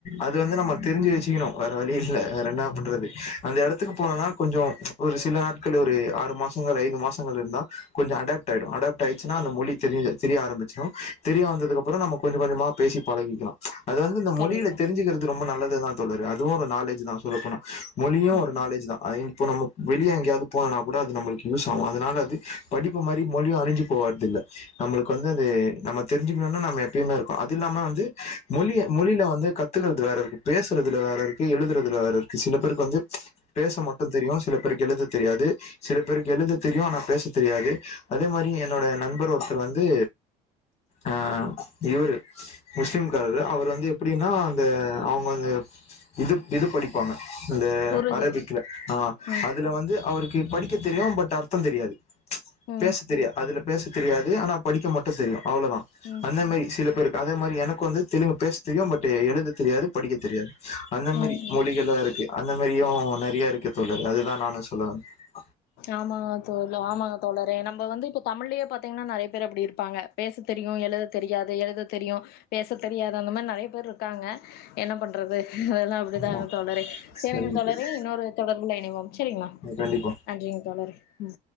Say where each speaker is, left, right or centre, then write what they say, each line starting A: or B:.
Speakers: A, on the left (about 40°); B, on the left (about 70°).
A: அது வந்து நம்ம தெரிஞ்சு வச் சீக்கணு வேற வழி இல்ல வேற என்ன பண்றது அந்த எடத்துக்கு போனா தா கொஞ்சோ ஒரு சில நாட்கள் ஒரு ஆறு மாசங்கள் ஐந்து மாசங்கள் இருந்தா கொஞ்சோ அடப்ட் ஆய்டு அடப்ட் ஆய்டுச்சுன்னா அந்த மொழி தெரிஞ் தெரிய ஆரம்பிச்சுரு தெரிய வந்தது கப்றோ நம்ம கொஞ்சோ கொஞ்சோமா பேசி பழகிக்கவா அது வந்து இந்த மொழிகள
B: கண்டிப்பா
A: தெரிஞ்சுக்குறது ரொம்ப நல்லது தான் சொல்லுது <unintelligible> அதுவு ஒரு நாலேஜ் தான் சொல்லப்போனா மொழியு
B: ம்
A: ஒரு நாலேஜ் தா அதயு இப்போ நம்ம வெளியே எங்கேயாவது போனனா கூட அது நம்மளுக்கு யூஸ் ஆவு அதனால அது படிப்பு மாரி மொழியு அழிஞ்சு போறதில்ல நம்மளுக்கு வந்து அது நம்ம தெரிஞ்சுக்கணும்னா நம்ம எப் எப்பியுமே இருக்கு அது இல்லாம வந்து மொழி மொழில வந்து கத்துக்றது வேற இருக்கு பேசுறதுல வேற இருக்கு எழுதுறது வேற இரு சில பேருக்கு வந்து பேச மட்டு தெரியு சில பேருக்கு எழுத தெரியாது சில பேருக்கு எழுத தெரியு ஆனா பேச தெரியாது அதே மாரி என்னோட நண்பர் ஒருத்தர் வந்து ஆ இவரு முஸ்லிம்காரரு அவர் வந்து எப்படின்னா அந்த அவுங்க அந்த இது இது படிப்பாங்க இந்த
B: உருது
A: அரபிக்ல ஆ
B: ம்
A: அதுல வந்து அவருக்கு இ படிக்க தெரியு பட் அர்த்தோ தெரியாது
B: ம்
A: பேச தெரியு அதுல பேச தெரியாது ஆனா படிக்க மட்டு தெரியு அவ்ளோதா
B: ம்
A: அந்த மாரி சில பேருக்கு அதே மாரி எனக்கு வந்து தெலுங் பேச தெரியு பட் எழுத தெரியாது படிக்க தெரியாது அந்தமாரி
B: ம்
A: மொழிகள்லா
B: ம்
A: இருக்கு அந்த மாரியு நிறைய இருக்கு தோழர் அதுதா நானு சொல்லவந்த
B: ஆமா தோழா ஆமா தோழரே நம்ம வந்து இப்ப தமிழ்லயே பாத் பாத்தீங்கன்னா நிறைய பேர் அப்டி இருப்பாங்க பேச தெரியு எழுத தெரியாது எழுத தெரியு பேச தெரியாது அந்த மாரி நறைய பேர் இருக்காங்க என்ன பண்றது அதெல்லா அப்படிதாங்க
A: ஆமா
B: தோழரே செரிங்க
A: சரிங்க
B: தோழரே
A: தோழி
B: இன்னொரு தொடர்புல இணைவோ செரிங்களா
A: கண்டிப்பா
B: நன்றிங்க தோழரே உ